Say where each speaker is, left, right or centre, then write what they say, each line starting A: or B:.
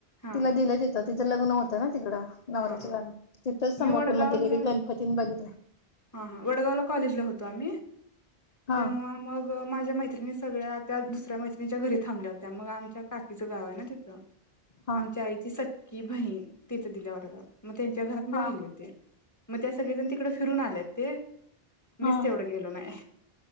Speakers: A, on the left; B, on the left.
A: हा
B: तिला दिलय तीत तिच लग्न होतं ना तिकडं नवऱ्याच्या
A: हा हा
B: गावी तिथंच संभापूर
A: मी वडगावला
B: मध्ये <unintelligible> गणपती न बघितलाय.
A: हा हा वडगावला कॉलेजला होतो आम्ही,
B: हा
A: तेव्हा मग माझ्या मैत्रिणी सगळ्या त्या दुसऱ्या मैत्रणीच्या घरी थांबल्या होत्या, मग आमच्या काकीचं गाव आय ना तिथं
B: हा
A: आमच्या आईची सक् की भही ती त दिल्या वडगावात, म तेंच्या घरात मी
B: हा
A: राहिले होते. म त्या सगळी जण तिकड फिरून आल्यात. ते मीच
B: हा
A: तेवढं
B: हा
A: गेलो नाई.